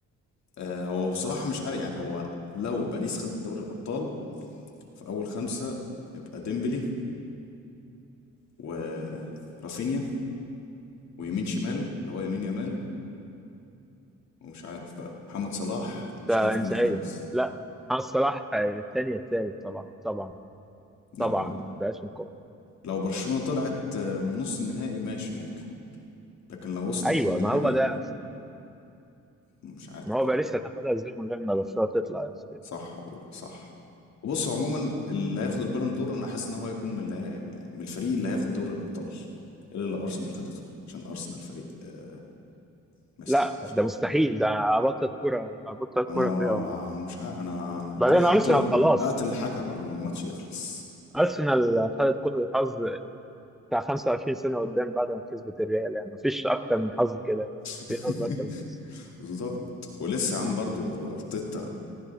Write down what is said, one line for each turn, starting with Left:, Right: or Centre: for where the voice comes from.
Left: آه، هو بصراحة مش عارف يعني هو لو باريس خد دوري الابطال في اول خمسة يبقى ديمبلي ورافينيا ويمين شمال اللي هو يمين يمال ومش عارف بقى محمد صلاح
Centre: انت
Left: مش
Centre: انتهائي
Left: عارف مين الخامس
Centre: لا محمد صلاح آه، الثاني الثالث طبعا طبعا
Left: لا
Centre: طبعا ما فيهاش نقاش
Left: لو برشلونة طلعت آه، من نص النهائي ماشي ممكن لكن لو وصلت
Centre: ايوه
Left: للنهائي
Centre: ما هو ده
Left: مش عارف
Centre: ما هو
Left: بقى
Centre: باريس هتاخدها ازاي من غير ما برشلونه تطلع يا استاذ
Left: صح والله صح بص هو عموما اللي هياخد البالون دور انا حاسس ان هو هيكون من اللي هي... يعني من الفريق اللي هياخد دوري الابطال الا لو ارسنال خدته عشان ارسنال فريق آه، ما يستحقش
Centre: لا ده
Left: حاجه
Centre: مستحيل ده ابطل كرة ابطل كرة
Left: انا
Centre: فيها والله
Left: مش عارف انا
Centre: بعدين
Left: هروح
Centre: ارسنال
Left: اقتلهم
Centre: خلاص
Left: اقتل الحكم قبل ما الماتش يخلص
Centre: ارسنال خدت كل الحظ بتاع 25 سنة قدام بعد ما كسبت الريال يعني مفيش اكتر من حظ كده يعني
Left: <laughs>
Centre: في حظ اكتر من كده
Left: بالظبط ولسه يا عم برضو ارتيتا